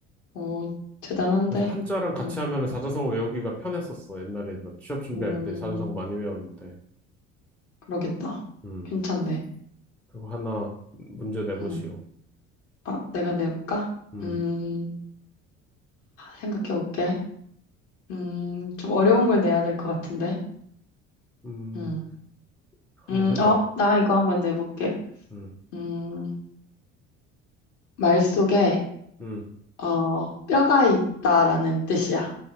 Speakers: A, on the left; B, in the centre.
A: 오, 대단한데?
B: 그래서 한자랑 같이
A: 음,
B: 하면은 사자성어 외우기가 편했었어. 옛날에 나 취업 준비할
A: 음,
B: 때 사자성어 많이 외웠는데.
A: 그러겠다.
B: 음.
A: 괜찮네.
B: 그리고 하나 문제 내보시오.
A: 음, 아, 내가 내볼까?
B: 음.
A: 음. 생각해 볼게. 음, 좀 어려운 걸 내야 될 것 같은데.
B: 음.
A: 음,
B: 한번
A: 음,
B: 해봐.
A: 어, 나 이거 한번 내볼게.
B: 음.
A: 음, 말 속에,
B: 음.
A: 어, 뼈가 있다라는 뜻이야.